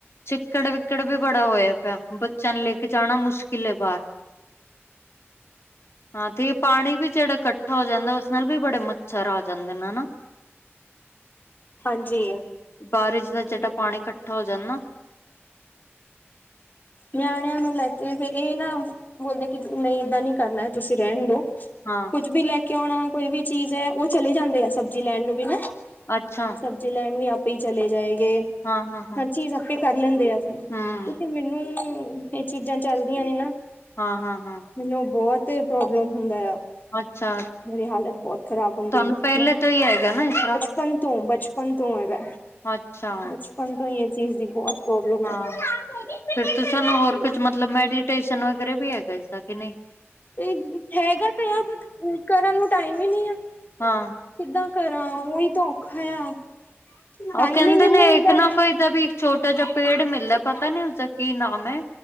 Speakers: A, on the left; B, on the left.
A: ਚਿੱਕੜ ਵਿਕੜ ਵੀ ਬੜਾ ਹੋਇਆ ਪਿਆ ਬੱਚਿਆਂ ਨੂੰ ਲੈ ਕੇ ਜਾਣਾ ਮੁਸ਼ਕਿਲ ਬਾਹਰ। <inaudible> ਹਾਂ ਤੇ ਪਾਣੀ ਵੀ ਜਿਹੜਾ ਇਕੱਠਾ ਹੋ ਜਾਂਦਾ ਉਸ ਨਾਲ ਵੀ ਬੜੇ ਮੱਛਰ ਆ ਜਾਂਦੇ ਨੇ ਹਨਾ। <inaudible>
B: ਹਾਂਜੀ।
A: ਬਾਰਿਸ਼ ਦਾ ਜਿਹੜਾ ਪਾਣੀ ਇਕੱਠਾ ਹੋ ਜਾਂਣਾ ਨਾ।
B: ਨਿਆਣਿਆਂ ਨੂੰ ਲੈ ਕੇ ਫ ਇਹ ਨਾ ਬੋਲਦੇ ਕਿ ਨਹੀਂ ਏਦਾਂ ਨੀ ਕਰਨਾ ਤੁਸੀ ਰਹਿਣ ਦੋ।
A: ਹਾਂ।
B: ਕੁੱਝ ਵੀ ਲੈ ਕੇ ਆਉਣਾ ਕੋਈ ਵੀ ਚੀਜ਼ ਹੈ ਉਹ ਚਲੇ ਜਾਂਦੇ ਆ ਸਬਜ਼ੀ ਲੈਣ ਨੂੰ ਵੀ ਨਾ।
A: ਅੱਛਾ
B: ਸਬਜ਼ੀ ਲੈਣ ਵੀ ਆਪੇ ਹੀ ਚਲੇ ਜਾਏਗੇ
A: ਹਾਂ ਹਾਂ ਹਾਂ
B: ਹਰ ਚੀਜ਼ ਆਪੇ ਕਰ ਲੈਂਦੇ ਆ। ਕਿਉਂਕਿ
A: ਹੂੰ
B: ਮੈਨੂੰ ਇਹ ਚੀਜ਼ਾਂ ਚਲਦੀਆਂ ਨੇ ਨਾ।
A: ਹਾਂ- ਹਾਂ -ਹਾਂ।
B: ਮੈਨੂੰ ਬਹੁਤ ਪ੍ਰੋਬਲਮ ਹੁੰਦਾ ਆ।
A: ਅੱਛਾ
B: ਮੇਰੀ ਹਾਲਤ ਬਹੁਤ ਖ਼ਰਾਬ ਹੁੰਦੀ
A: ਤੁਹਾਨੂੰ ਪਹਿਲੇ
B: ਮੈਂ
A: ਤੋਂ ਹੀ ਹੈਗਾ ਨਾ ਇਸ ਤਰ੍ਹਾਂ
B: ਬਚਪਨ ਤੋਂ ਬਚਪਨ ਤੋਂ ਹੈਗਾ
A: ਅੱਛਾ
B: ਬਚਪਨ ਤੋਂ ਹੀ ਇਹ ਚੀਜ਼ ਦੀ ਬਹੁਤ ਪ੍ਰੋਬਲਮ
A: ਹਾਂ
B: ਹੈ।
A: ਫਿਰ ਤੁਸਾਨੂੰ ਹੋਰ ਕੁਝ ਮਤਲਬ ਮੈਡੀਟੇਸ਼ਨ ਵਗੈਰਾ ਵੀ ਹੈਗਾ ਇਸਦਾ ਕਿ ਨਹੀ।
B: ਇਹ ਹੈਗਾ ਤਾਂ ਆ ਕਰਨ ਨੂੰ ਟਾਈਮ ਹੀ ਨਹੀ ਆ।
A: ਹਾਂ।
B: ਕਿੱਦਾਂ ਕਰਾਂ ਉਹੀ ਤ ਔਖਾ ਆ। ਟਾਈਮ
A: ਉਹ ਕਹਿੰਦੇ
B: ਹੀ ਨਹੀਂ
A: ਨੇ
B: ਮਿਲਦਾ
A: ਇੱਕ ਨਾ ਕੋਈ
B: ਆ
A: ਤਾਂ ਵੀ ਛੋਟਾ ਜਿਹਾ ਪੇੜ ਮਿਲਦਾ ਪਤਾ ਨੀ ਉਸਦਾ ਕੀ ਨਾਮ ਹੈ